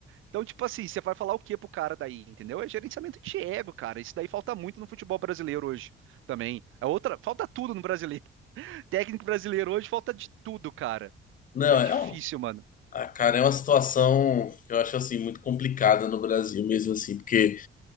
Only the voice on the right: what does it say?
Então, tipo assim, você vai falar o que pro cara daí, entendeu? É gerenciamento de ego, cara. Isso daí falta muito no futebol brasileiro hoje também. É outra, falta tudo no brasileiro. <laughs> Técnico brasileiro hoje falta de tudo, cara.
É difícil,
mano.